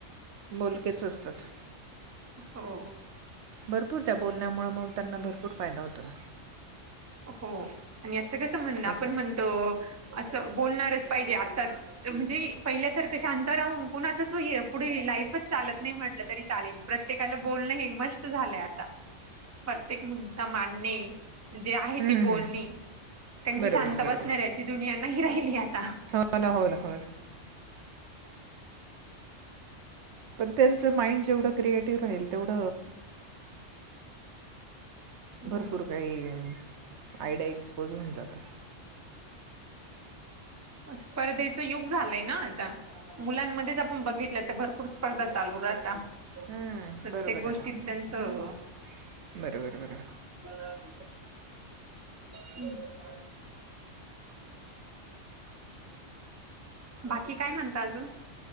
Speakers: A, on the right (about 70°); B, on the right (about 15°).
A: बोलकेच असतात.
B: हो
A: भरपूर त्या बोलण्यामुळे मग त्यांना भरपूर फायदा होतो ना.
B: हो आणि आता कस म्हणण, आपण
A: असं. हं,
B: म्हणतो अस बोलणारच पाहिजे. आता म्हणजे पहिल्यासारख शांत राहून कुणाचच पुढे लाईफच चालत नाही म्हटल तरी चालेल. प्रत्येकाला बोलण हे मस्त झालय आता. प्रत्येक मुद्दा मांडणे. जे आहे ते
A: हं,
B: बोलणे.
A: हं.
B: कारण की
A: बरोबर,
B: शांत
A: बरोबर.
B: बसणाऱ्याची दुनिया नाही राहिली आता.
A: हो ना, हो ना हो पण त्यांच माइंड जेवढ क्रिएटिव्ह राहील तेवढ
B: हो
A: भरपूर काही आयडिया एक्सपोज होऊन जातात.
B: स्पर्धा च युग झालंय ना आता मुलांमध्ये बघितलं तर भरपूर स्पर्धा चालू राहता
A: हम्
B: प्रत्येक
A: बरोबर
B: गोष्टीत
A: आहे ना,
B: त्यांचं
A: बरोबर बरोबर
B: हुम् बाकी काय म्हणता आजून?